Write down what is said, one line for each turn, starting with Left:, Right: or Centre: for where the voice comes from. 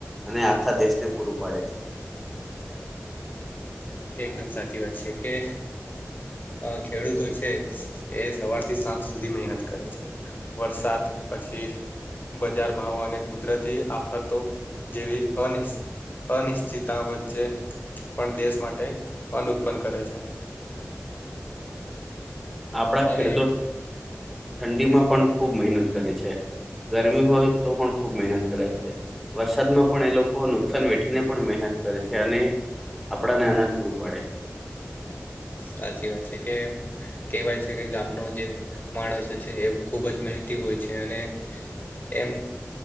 Centre: અને આખા દેશને પૂરું પાડે છે.
Left: એકદમ સાચી વાત છે કે. અ ખેડૂતો છે એ સવાર થી સાંજ સુધી મહેનત કરે છે. વરસાથ પછી. બજાર ભાવ અને કુદરતી આફતો જેવી અનીસ અનિશ્ચતા વચ્ચે પણ દેશ માટે અન ઉત્પન્ન કરે છે.
Centre: આપણા
Left: હવે
Centre: ખેડૂતો ઠંડીમાં પણ ખૂબ મહેનત કરે છે, ગરમી હોય તો પણ ખૂબ મહેનત કરે છે. વરસાદમાં પણ એ લોકો નુકસાન વેઠીને પણ મહેનત કરે છે અને આપડા ને એનાજ પૂરું પાડે.
Left: સાચી વાત છે કેમ. કેહેવાય છે કે ગામનો જે માણસ છે એ ખુબ જ મહેનતિ હોય છે અને. એમ.